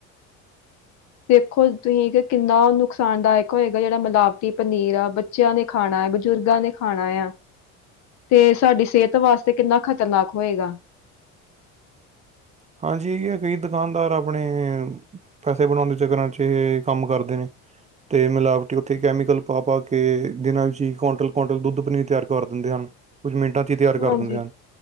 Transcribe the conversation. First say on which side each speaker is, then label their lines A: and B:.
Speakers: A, on the right (about 20°); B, on the left (about 55°).
A: <unintelligible>
B: ਦੇਖੋ ਤੁਹੀ ਕਿ ਕਿੰਨਾ ਨੁਕਸਾਨ ਦਾਇਕ ਹੋਏਗਾ ਜਿਹੜਾ ਮਿਲਾਵਟੀ ਪਨੀਰ ਆ ਬੱਚਿਆਂ ਨੇ ਖਾਣਾ ਐ। ਬਜ਼ੁਰਗਾਂ ਨੇ ਖਾਣਾ ਯਾ। ਤੇ ਸਾਡੀ ਸਿਹਤ ਵਾਸਤੇ ਕਿੰਨਾ ਖ਼ਤਰਨਾਕ ਹੋਏਗਾ।
A: <unintelligible> ਹਾਂਜੀ ਏਹੀ ਆ ਕਈ ਦੁਕਾਨਦਾਰ ਆਪਣੇ ਪੈਸੇ ਬਣਾਉਣ ਦੇ ਚੱਕਰਾਂ ਚ ਇਹ ਕੰਮ ਕਰਦੇ ਨੇ। ਤੇ ਮਿਲਾਵਟੀ ਉੱਥੇ ਕੈਮੀਕਲ ਪਾ- ਪਾ ਕੇ ਦਿਨਾਂ ਵਿੱਚ ਹੀ ਕੁਆਂਟਲ -ਕੁਆਂਟਲ ਦੁੱਧ ਪਨੀਰ ਤਿਆਰ ਕਰ ਦਿੰਦੇ ਹਨ। ਕੁੱਝ ਮਿੰਟਾਂ ਚ ਹੀ ਤਿਆਰ ਕਰ
B: ਹਾਂਜੀ
A: ਦਿੰਦੇ ਹਨ